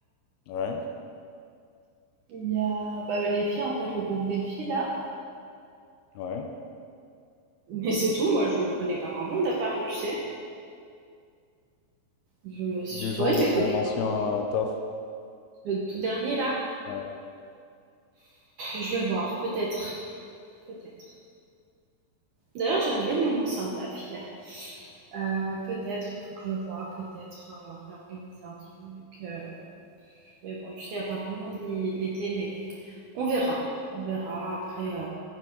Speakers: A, on the left (about 75°); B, on the right (about 65°).
A: Ouais,
B: il y a, bah, les filles en fait, le groupe des filles là.
A: ouais.
B: Mais c'est tout, moi je connais pas grand monde à Paris, tu sais? Je surtout
A: Les gens
B: elle
A: de
B: mes
A: ton
B: copines.
A: ancien euh, taf.
B: Le tout dernier là?
A: Ouais.
B: Je vais voir, peut-être, peut-être. D'ailleurs, j'ai rêvé de mon ancien taf hier. Heu, peut-être, il faut que je voie, peut-être, heu, réorganiser un truc, heu Mais bon, tu sais, il n'y a pas grand monde l'hi- l'été, mais on verra. On verra. Après, euh,